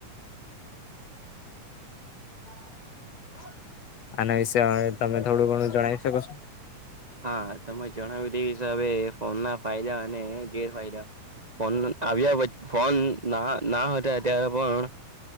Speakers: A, on the right; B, on the left.
A: <inaudible>
B: આના વિશે તમે થોડું ઘણું જણાવી શકો છો?
A: હા. તમે જણાવયુ તે હિસાબે ફોન ના ફાયદા અને ગેરફાયદા ફોન આવ્યા પછ ફોન ના હ ના હતા ત્યારે પણ